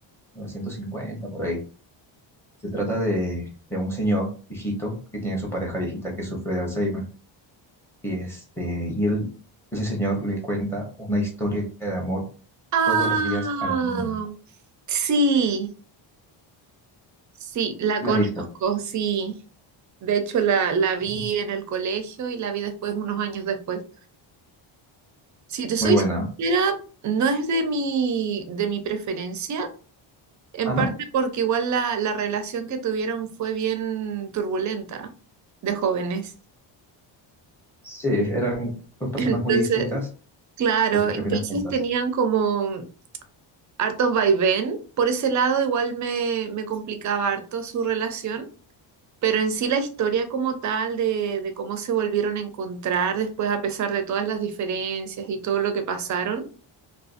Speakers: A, in the centre; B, on the right.
A: novecientos cincuenta por ahí. Se trata de, de un señor viejito que tiene su pareja viejita que sufre de Alzheimer. Y, este, y él, ese señor le cuenta una historia de amor
B: Ah,
A: todos los días a la misma.
B: sí, sí, la
A: ¿La
B: conozco,
A: has visto?
B: sí. De hecho, la, la vi
A: Ujú.
B: en el colegio y la vi después, unos años después. Si te soy
A: Muy buena.
B: sincera, no es de mi, de mi preferencia, en
A: Ah,
B: parte
A: ¿no?
B: porque igual la, la relación que tuvieron fue bien turbulenta de jóvenes.
A: Sí, eran dos
B: <laughs>
A: personas
B: Entonces,
A: muy distintas,
B: claro,
A: pero que terminan
B: entonces
A: juntas.
B: tenían como hartos vaivén. Por ese lado, igual me, me complicaba harto su relación. Pero en sí la historia como tal de, de cómo se volvieron a encontrar después a pesar de todas las diferencias y todo lo que pasaron